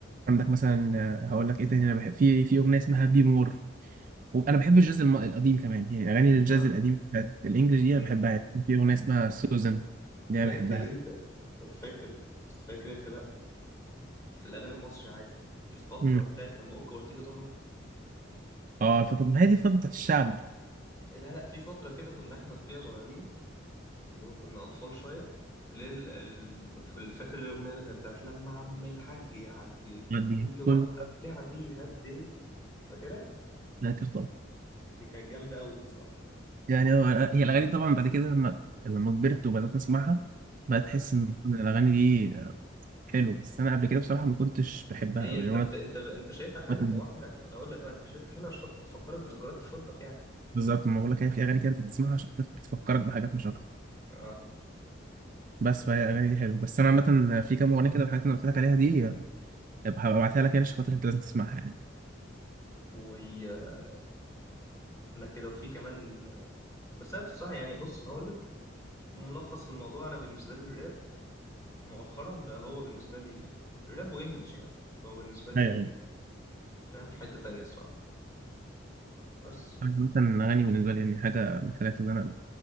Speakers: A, on the right; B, on the left.
A: عندك مثلا آه، هقول لك ايه تاني انا بحب في في اغنيه اسمها بي مور وانا بحب الجاز الم- القديم كمان يعني اغاني الجاز
B: اه
A: القديم بتاعت الانجليش دي
B: امم
A: انا بحبها يعني في اغنيه اسمها سوزان دي
B: فاكر
A: انا بحبها
B: انت طب فاكر فاكر انت بقى في الاغاني المصري عادي الفتره
A: امم
B: بتاعت لما اوكا وارتيجا ظهروا
A: اه الفتره ما هي دي الفتره بتاعت الشعب
B: لا لا في فتره كده كنا احنا فيها صغيرين اللي هو كنا اطفال شويه اللي هي ال- ال- اللي فاكر الاغنيه اللي كانت بتاعت لما عم الحاج يعدي
A: دي
B: كل وقف
A: كل
B: لعبي هدي فاكرها
A: فاكر طبعا
B: دي كانت جامده قوي دي الصراحه
A: يعني هو أنا- هي الاغاني طبعا بعد كده لما لما كبرت وبدات اسمعها بقيت
B: آه.
A: احس ان الاغاني دي حلوه بس انا قبل كده بصراحه ما كنتش بحبها
B: هي
A: قوي
B: انت
A: يعني
B: بت... انت انت شايفها حلو
A: انا
B: ما هو احنا ما انا اقول لك بقى انت شايفها حلو عشان خاطر بتفكرك بذكريات طفولتك يعني
A: بالظبط ما بقول لك هي في اغاني كده انت بتسمعها عشان بتفكرك بحاجات مش اكتر
B: اه
A: بس فهي الاغاني دي حلوه بس انا عامه في كام اغنيه كده من الحاجات اللي أنا قلت لك عليها دي أبقى هبعتها لك يعني عشان خاطر انت لازم تسمعها يعني
B: واستنى كده وفي كمان بس انا بصراحه يعني بص انا اقول لك ملخص الموضوع انا بالنسبه لي الراب مؤخرا بقى هو بالنسبه لي الراب وانجلش يعني بقى بالنسبه لي
A: ايوه ايوه
B: فاهم في حته تانية الصراحه بس
A: أنا مثلا الاغاني بالنسبه لي يعني حاجه من الحاجات اللي انا